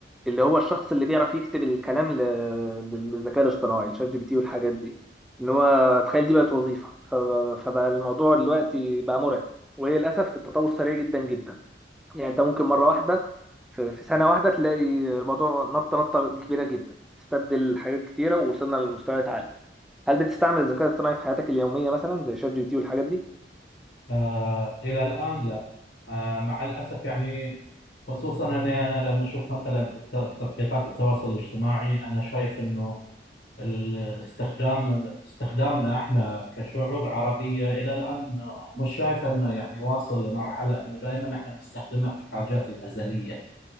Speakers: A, in the centre; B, on the left.
A: اللي هو الشخص اللي بيعرف يكتب الكلام ل- للذكاء الاصطناعي الشات جي بي تي والحاجات دي إن هو تخيل دي بقت وظيفة ف- فبقى الموضوع دلوقتي بقى مرعب وهي للأسف التطور سريع جدا جدا يعني أنت ممكن مرة واحدة في في سنة واحدة تلاقي الموضوع نطة نطة كبيرة جدا استبدل حاجات كتيرة ووصلنا لمستويات عالية هل بتستعمل الذكاء الاصطناعي في حياتك اليومية مثلا زي شات جي بي تي والحاجات دي؟
B: آه، إلى الآن لا آه، مع الأسف يعني خصوصا أني أنا لما أشوف مثلا في الت- تطبيقات التواصل الاجتماعي أنا شايف أنه الاستخدام استخدامنا احنا كشعوب عربية إلى الآن مش شايف أنه يعني واصل لمرحلة أنه دائما احنا نستخدمها في الحاجات الهزلية